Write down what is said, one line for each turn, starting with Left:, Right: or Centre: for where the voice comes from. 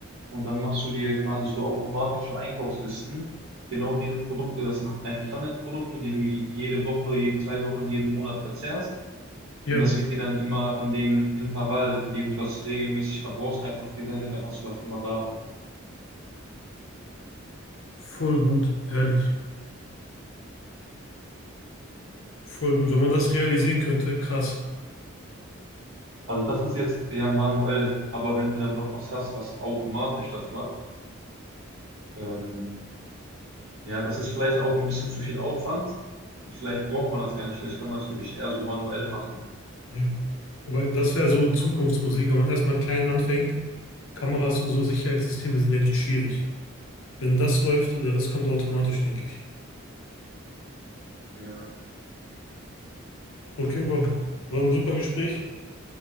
Right: und dann machst du dir quasi so automatische Einkaufslisten. Genau diese Produkte, das sind deine Standardprodukte, die du jede Woche, jede zwei Wochen, jeden Monat verzehrst.
Left: ja.
Right: Und das wird dir dann immer in dem Intervall, in dem du das regelmäßig verbrauchst, einfach gesendet, dann hast du das immer da.
Left: Voll gut, ehrlich. Voll gut. Wenn man das realisieren könnte, krass.
Right: Also das ist jetzt ja manuell, aber wenn du dann noch was hast, was automatisch das macht, ähm, ja, das ist vielleicht auch ein bisschen zu viel Aufwand. Vielleicht braucht man das gar nicht, vielleicht kann man das wirklich eher so manuell machen.
Left: Ja. Wobei, das wäre so Zukunftsmusik, wenn man erstmal klein anfängt Kameras und so Sicherheitssysteme sind ja nicht schwierig. Wenn das läuft, der Rest kommt automatisch, denke ich.
Right: Ja.
Left: Okay, Bro. War ein super Gespräch.